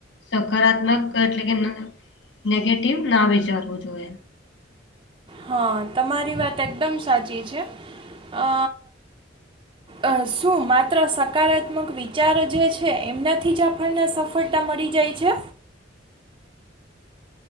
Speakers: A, on the left; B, on the right.
A: સકારાત્મક એટલે કે ન નેગેટિવ ના વિચારવું જોઈએ.
B: હા તમારી વાત એકદમ સાચી છે. અ અ શું માત્ર સકારાત્મક વિચારો જે છે એમનાથી જ આપણને સફળ તા મળી જાય છે?